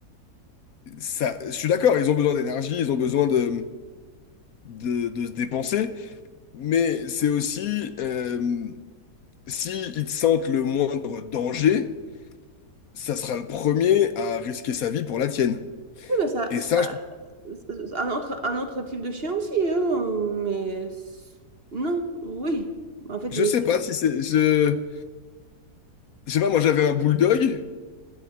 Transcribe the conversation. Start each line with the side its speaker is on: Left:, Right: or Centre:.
Left: ça. Je suis d'accord, ils ont besoin d'énergie, ils ont besoin de, de, de se dépenser, mais c'est aussi euh, Si ils te sentent le moindre danger, ça sera le premier à risquer sa vie pour la tienne.
Right: Oui, mais ça,
Left: Et
Right: ça,
Left: ça, je,
Right: c'est un autre, un autre type de chien aussi, hein, mais c'est- non, oui. En fait,
Left: je
Right: les...
Left: sais pas si c'est. Je, je sais pas, moi j'avais un bulldog.